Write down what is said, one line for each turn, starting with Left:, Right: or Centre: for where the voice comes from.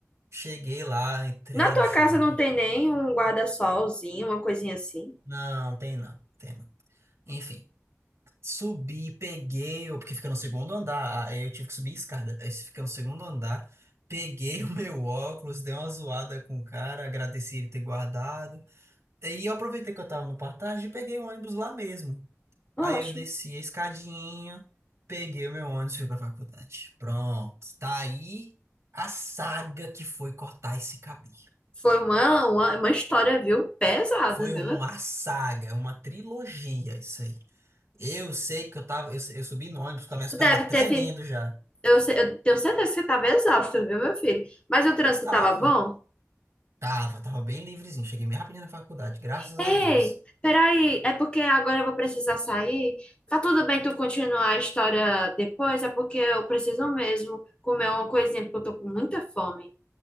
Right: Cheguei lá, entrei
Left: Na tua
Right: no shopping.
Left: casa não tem nem um guarda-solzinho, uma coisinha assim?
Right: Não, tem não, tem não. Enfim, subi, peguei, o- porque fica no segundo andar, aí eu tive que subir escada. Aí fica no segundo andar, peguei <laughs> o meu óculos, dei uma zoada com o cara, agradeci ele ter guardado. Aí eu aproveitei que eu tava no Partage e peguei o ônibus lá mesmo. Aí
Left: Ótimo.
Right: eu desci a escadinha, peguei o meu ônibus e fui pra faculdade. Pronto, tá aí a saga que foi cortar esse cabelo.
Left: Foi uma, uma, uma história, viu? Pesada,
Right: Foi
Left: viu?
Right: uma
Left: meu?
Right: saga, é uma trilogia isso aí. Eu sei que eu tava, eu, eu subi no ônibus com as minhas
Left: Tu
Right: pernas
Left: deve
Right: tremendo
Left: ter. fi-
Right: já.
Left: Eu, se- eu tenho certeza que você tava exausto, viu, meu filho? Mas o trânsito
Right: Eu tava,
Left: tava bom?
Right: tava, tava bem livrezinho. Cheguei bem rapidinho na faculdade, graças
Left: Ei,
Right: a Deus.
Left: peraí, é porque agora eu vou precisar sair? Tá tudo bem tu continuar a história depois? É porque eu preciso mesmo comer uma coisinha, porque eu tô com muita fome.